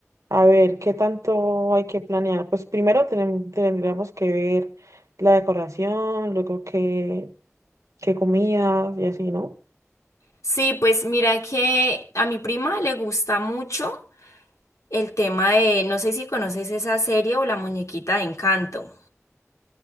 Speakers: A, on the right (about 80°); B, on the left (about 75°).
A: A ver, ¿qué tanto hay que planear? Pues primero tenem- tendríamos que ver la decoración, luego qué, qué comidas y así, ¿no?
B: Sí, pues mira que a mi prima le gusta mucho el tema de, no sé si conoces esa serie o la muñequita de Encanto.